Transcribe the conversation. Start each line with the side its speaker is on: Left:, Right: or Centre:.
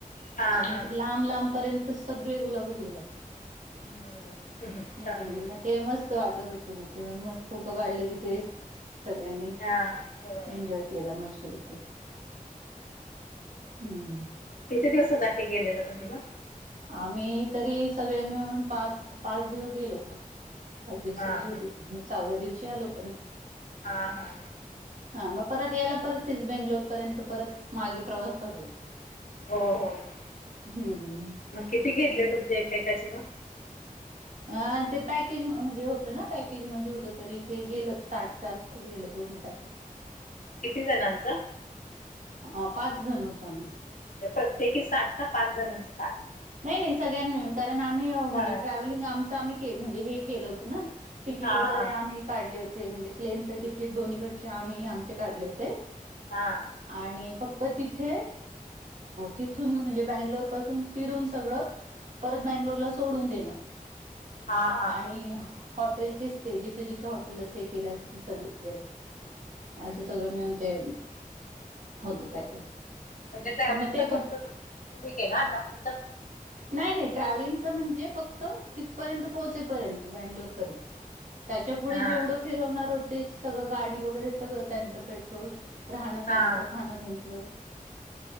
Left: हां
Right: आणि
Left: हां
Right: लांब लांबपर्यंत सगळे गुलाबच गुलाब.
Left: हं हं
Right: हम्म
Left: छान आहे
Right: मग ते मस्त वाटत होते. ते मस्त फोटो काढले तिथे सगळ्यांनी
Left: हां होय
Right: एन्जॉय केला मस्त <unintelligible> हम्म.
Left: किती दिवसासाठी गेलेला तुम्ही मग.
Right: आम्ही तरी सगळे मिळून पाच पाच दिवस गेलो होतो. पाच दिवसाची
Left: हां
Right: होती मग सहाव्या दिवशी आलो परत.
Left: हा हा हा.
Right: हा मग परत यायला परत तेच बेंगलोर पर्यंत परत मागे प्रवास तसच
Left: हो हो हो
Right: हम्म.
Left: मग किती घेतले
Right: मग
Left: तुमचे एकेकाचे मग?
Right: अ ते पॅकेज म्हणजे होत ना पॅकेज मध्ये होत तरी ते गेलं साठच्या आसपास गेलं पूर्ण पॅकेज.
Left: किती जणांचा.
Right: अ पाच जण होतो आम्ही.
Left: म्हणजे प्रत्येकी साठ का पाच जणांचे.
Right: नाही नाही सगळ्यां मिळून कारण आम्ही म्हणजे
Left: हा
Right: ट्रॅव्हलिंग आमच आम्ही म्हणजे हे केलं होत ना तिकीट
Left: हा हा
Right: वगैरे आम्ही काढले होते म्हणजे प्लेनचं तिकीट दोन्ही कडचे आम्ही आमचे काढले होते
Left: हा
Right: आणि फक्त तर तिथे तिथून म्हणजे बँगलोरपासून फिरून सगळं परत मँंगलोरला सोडून देणं
Left: हा हा
Right: आणि हॉटेलचे स्टे जिथं जिथं हॉटेलला स्टे केले असतील सगळे
Left: हम्म.
Right: असं सगळं मिळून ते होत पॅकेज.
Left: म्हणजे ट्रॅव्हलिंगचा
Right: पण मग ते पण
Left: खर्च तुम्ही केला आणि बाकी
Right: नाही नाही ट्रॅव्हलिंग म्हणजे फक्त तिथपर्यंत पोहचेपर्यंत बंगलोर पर्यंत त्याच्या पुुढे
Left: हां
Right: जेवढं फिरवणार होतेच सगळं गाडी वगैरे सगळं त्यांचं पेट्रोल राहणं
Left: हां
Right: त्यांचं खाणं त्यांचं